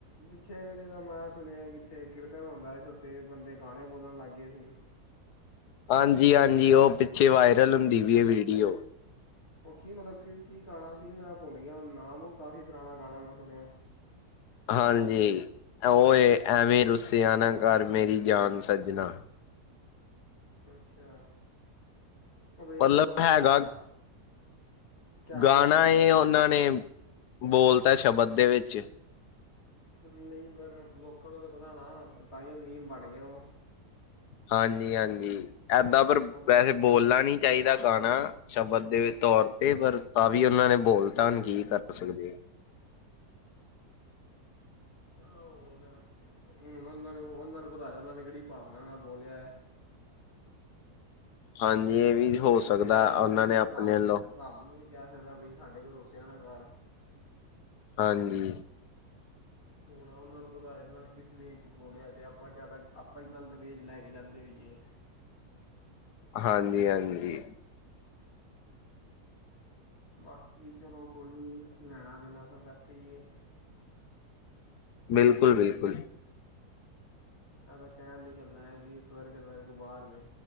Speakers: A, on the left; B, on the left.
A: ਪਿੱਛੇ ਜ੍ਹ ਮੈਂ ਸੁਣਿਆ ਕਿ ਉੱਥੇ ਕੀਰਤਨ ਹੁੰਂਦਾ ਸੀ ਉੱਥੇ ਬੰਦੇ ਗਾਣੇ ਬੋਲਣ ਲੱਗ ਗਏ ਸੀ।
B: ਹਾਂਜੀ ਹਾਂਜੀ, ਉਹ ਪਿੱਛੇ ਵਾਇਰਲ ਹੁੰਦੀ ਵੀ ਇਹ ਵੀਡੀਓ।
A: ਉਹ ਕੀ ਮਤਲਬ ਕਿ ਕੀ ਗਾਣਾ ਸੀ, ਮੈਂ ਭੁੱਲ ਗਿਆ ਨਾਮ ਉਹ ਕਾਫੀ ਪੁਰਾਣਾ ਗਾਣਾ ਮੈਂ ਸੁਣਿਆ
B: ਹਾਂਜੀ, ਉਹ ਐ ਵੇਂ ਐਵੇਂ ਰੁੱਸੇਿਆ ਨਾ ਘਰ ਮੇਰੀ ਜਾਨ ਸੱਜਣਾ
A: ਅੱਛਾ, ਵੇਖਲ
B: ਮਤਲਬ
A: ਬਸ
B: ਹੈਗਾ
A: ਕਿਆ ਕਿਆ
B: ਗਾਣਾ
A: ਹੋ
B: ਇਹ ਉਹਨਾਂ ਨੇ, ਬੋਲਤਾ ਸ਼ਬਦ ਦੇ ਵਿੱਚ
A: ਨਹੀਂ ਪਰ ਲੋਕਾਂ ਨੂੰ ਤਾਂ ਪਤਾ ਨਾ, ਉਹ ਮੁੀਮ ਬਣ ਗਿਆ ਉਹ
B: ਹਾਂਜੀ, ਹਾਂਜੀ ਏਦਾਂ ਪਰ
A: ਹੁਣ
B: ਵੈਸੇ ਬੋਲਣਾ ਨੀ ਚਾਹੀਦਾ ਗਾਣਾ ਸ਼ਬਦ ਦੇ ਤੌਰ ਤੇ, ਪਰ ਤਾਂ ਵੀ ਉਹਨਾਂ ਨੇ ਬੋਲ ਤਾ ਕੀ ਕਰ ਸਕਦੇ
A: ਹੁਣ, ਹੁਣ ਉਹਨਾਂ ਨੂੰ ਉਹਨਾਂ ਨੂੰ ਪਤਾ ਉਹਨਾਂ ਨੇ ਕਿਹੜੀ ਭਾਵਨਾ ਨਾਲ ਬੋਲਿਆ ਹੈ।
B: ਹਾਂਜੀ ਇਹ ਵੀ ਹੋ
A: ਵਡੀ
B: ਸਕਦਾ
A: ਇਹ ਗੱਲ
B: ਉਹਨਾਂ
A: ਕੋਈ ਆਪਣੇ
B: ਨੇ
A: ਰੱਬ,
B: ਵੱਲੋਂ
A: ਰੱਬ ਨੂੰ ਵੀ ਕਹਿ ਸਕਦਾ ਬਈ ਸਾਡੇ ਕੋਲ ਰੁਸਿਆ ਨਾ ਕਰ
B: ਹਾਂਜੀ।
A: ਹੁਣ ਉਹਨਾਂ ਨੂੰ ਪਤਾ ਉਹਨਾਂ ਨੇ ਕਿਸ ਵੇ ਚ' ਬੋਲਿਆ ਤੇ ਆਪਾਂ ਕਿਆ ਆਪਾਂ ਹੀ ਗ਼ਲਤ ਵੇ ਲੈ ਕੇ ਜਾਂਦੇ ਹੋਏ
B: ਹਾਂਜੀ, ਹਾਂਜੀ।
A: ਬਾਕੀ ਚਲੋ ਕੋਈ ਨਹੀਂ, ਲੈਣਾ ਦੇਣਾ ਸਭ ਇਥੇ ਹੀ ਏ
B: ਬਿਲਕੁਲ, ਬਿਲਕੁਲ
A: ਇਹ ਤਾਂ ਕਹਿਣ ਦੀ ਗੱਲਾਂ ਹੈ ਕਿ, ਸਵਰਗ ਸਵਰਗ ਬਾਹਰ ਨੇ